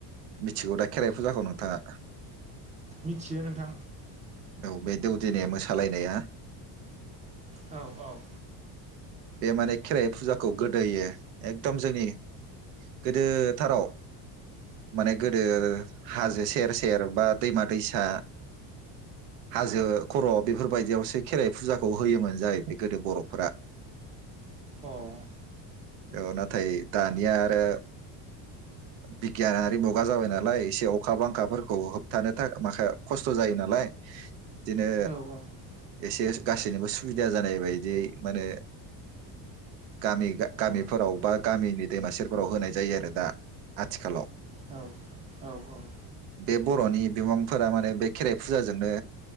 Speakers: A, on the right; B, on the right.
A: मिथिगौ दा खेराइ फुजाखौ नोंथाङा
B: मिथियो नोंथां
A: औ बे दौदिनि मोसालायनाया
B: औ औ
A: बे माने खेराइ फुजाखौ गोदोयो एकदम जोंनि गोदोथाराव माने गोदो हाजो सेर सेर बा दैमा दैसा हाजो खर बेफोरबायदियावसो खेराइ फुजाखौ होयोमोन जाहैबाय गोदो बर'फोरा
B: औ
A: औ नाथाय दानिया आरो बिगियानारि मुगा जाबाय नालाय एसे अखा बांखाफोरखौ होबथानो थाखाय माखा खस्थ जायो नालाय बिदिनो
B: औ औ
A: एसे गासैनिबो सुबिदा जानाय बायदि माने गामि गामिफोराव बा गामिनि दैमा सेरफोराव होनाय जायो आरो दा आथिखालाव
B: औ औ औ
A: बे बरनि बिमांफोरा माने बे खेराइ फुजाजोंनो